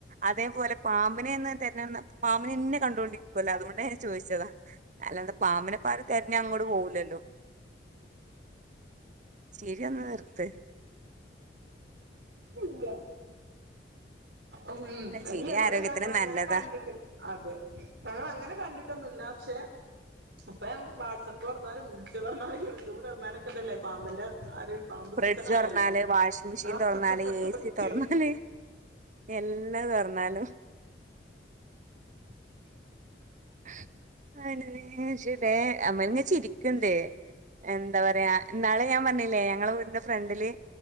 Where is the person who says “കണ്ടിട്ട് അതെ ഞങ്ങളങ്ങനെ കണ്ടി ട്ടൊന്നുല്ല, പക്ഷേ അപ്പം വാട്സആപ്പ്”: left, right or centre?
Right